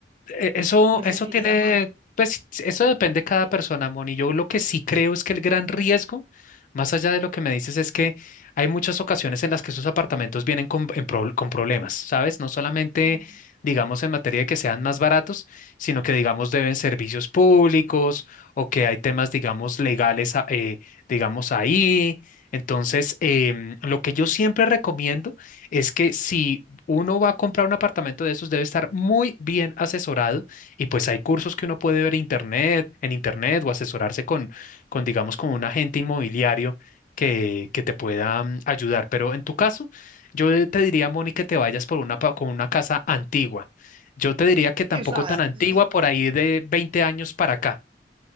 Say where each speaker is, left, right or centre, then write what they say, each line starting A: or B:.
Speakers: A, on the left (about 45°); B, on the right (about 30°).
A: e- Eso,
B: Me
A: eso
B: sentiría
A: tiene,
B: mal.
A: pues eso depende de cada persona, Moni. Yo lo que sí creo es que el gran riesgo, más allá de lo que me dices, es que hay muchas ocasiones en las que esos apartamentos vienen con, en pro- con problemas, ¿sabes? No solamente,
B: Mm.
A: digamos, en materia de que sean más baratos, sino que, digamos, deben servicios públicos o que hay temas, digamos, legales, a- eh, digamos, ahí. Entonces, em, lo que yo siempre recomiendo es que si uno va a comprar un apartamento de esos, debe estar muy bien asesorado y pues hay cursos que uno puede ver internet, en internet o asesorarse con, con digamos, con un agente inmobiliario que, que te pueda mm, ayudar. Pero en tu caso, yo te diría, Moni, que te vayas por una, pa- con una casa antigua. Yo te diría que tampoco
B: Sí, usada.
A: tan antigua,
B: ujú,
A: por ahí de 20 años para acá.